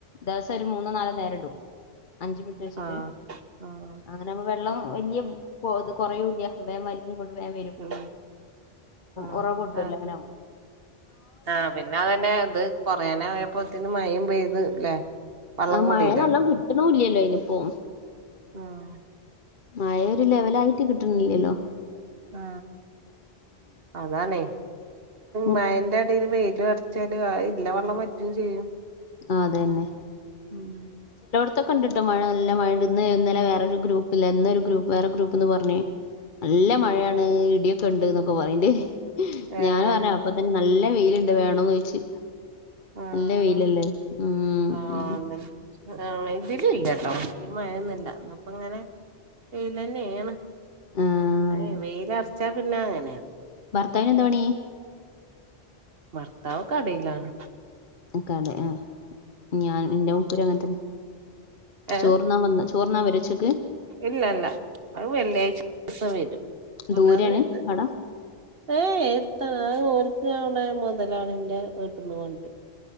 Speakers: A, on the left; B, on the right.
A: ദിവസം ഒരു മൂന്നോ നാലോ നേരിടും അഞ്ച് മിനിറ്റ് വെച്ചിട്ട്
B: ആഹ് ആഹ്
A: അങ്ങനെുമ്പോ വെള്ളം വല്യ ഇത് കുറയൂല്ല വലിഞ്ഞ് ങ്ങനെ കൊടുപയാൻ വരും
B: ഉം ആഹ്
A: ഉറവൊട്ടൂല്ല
B: ആഹ്
A: അങ്ങന
B: ആഹ് പിന്നെ അതന്നെ ഇത് കൊറനെ യപ്പോത്തന് മയയും പെയ്ത് ല്ലേ വള്ളം
A: മഴ
B: കൂടില്ലേ
A: നല്ലണം കിട്ടണൂല്ലല്ലോ ഇനിപ്പോ
B: ആഹ്
A: മഴ ഒരു ലെവലായിട്ട് കിട്ടുന്നില്ലല്ലോ
B: ആ അതാണ്
A: ഉം,
B: മയെൻ്റെ എടിൽ വെയില് വ ചരി ഇല്ല വെള്ളം വറ്റും ചെയ്യും
A: ആ അതെെന്നെ
B: ഉം
A: ഇ കണ്ടിട്ട് മഴ നല്ല മഴ ഇന്നലെ വേറെരു ഗ്രൂപ്പ് ഇല്ല ഇന്നൊരു ഗ്രൂപ്പ് വേറെ ഗ്രൂപ്പ് എന്ന് പറഞ്ഞ നല്ല മഴയാണ് ഇടിയൊക്കെ ഉണ്ട് എന്നൊക്കെ പറണ്ട്
B: ഏഹ്
A: ഞൻ പറഞ്ഞ് അപ്പ തന്നെ നല്ല വെയിലുണ്ട് വേണന്ന് ചോദിച്ച്
B: ആഹ്
A: നല്ല വെയിലല്ലേ ഉം
B: ആഹ്
A: ഉം
B: ഇതില് ഇല്ല കേട്ടോ ഈ മയൊന്നില്ല എന്നപ്പ ഇങ്ങനെ വെയിലന്നെെയണ്
A: ആഹ്
B: അ വെയിലറച്ചാ പിന്നെ അങ്ങനെയാണ്
A: ഭർത്താവിന് എന്താ പണി
B: ഭർത്താവ് കടേലാണ്.
A: കട ആ ഞാൻ എന്റെ മൂപ്പരും അങ്ങനെത്തന്നെ
B: ഏഹ്
A: ചോർന്നാ വന്ന ചോർന്നാ വരൊ ഉ ച്ചക്ക്
B: ഇല്ല ഇല്ല അ വെള്ളിയാഴ്ച ദിവസം വരും
A: ദൂരെയാണ്
B: അല്ലാതെ വരുത്
A: കട
B: ഏ എര്ത്താണ് അ ഓൽക്ക് അവ് ടെ മൊതലാളിൻറെ വീട്ടിന്ന് കൊണ്ട് രും